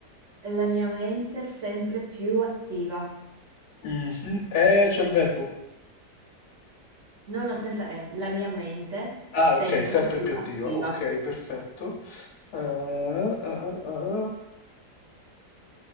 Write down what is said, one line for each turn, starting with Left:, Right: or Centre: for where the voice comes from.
Right: La mia mente sempre più attiva.
Left: Mhm. Eh, c'è il verbo.
Right: No, no, senza E. La mia mente
Left: Ah, ok,
Right: sempre
Left: sempre
Right: più
Left: più
Right: attiva.
Left: attiva. Ok, perfetto. Ah, ah, ah, ah.